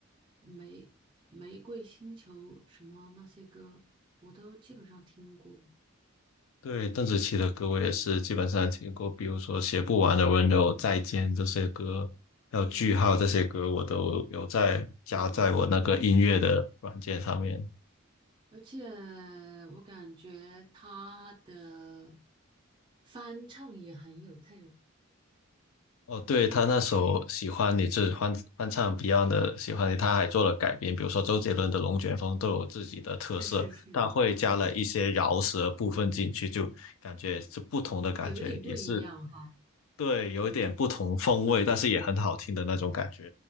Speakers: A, on the right; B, on the left.
A: 玫玫瑰星球什么那些歌，我都基本上听过，
B: 对，邓紫棋的歌我也是基本上听过，比如说《写不完的温柔》《再见》这些歌，还有《句号》这些歌，
A: 嗯
B: 我都有在加在我那个音乐的软件上面。
A: 啊，而且我感觉他的翻唱也很有特，
B: 哦，对，他那首《喜欢你》就是翻翻唱 Beyond 的《喜欢你》，他还做了改编，比如说周杰伦的《龙卷风》都有自己的特色，
A: 是是是
B: 他会加了一些饶舌部分进去，
A: 是的，
B: 就感觉是不同的感觉，
A: 有点不一样哈。
B: 也是对，有一点不同风味，但是也很好听的那种感觉。